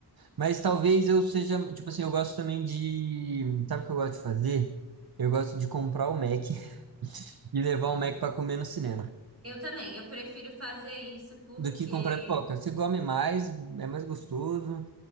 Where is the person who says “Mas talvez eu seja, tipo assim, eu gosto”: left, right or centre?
Right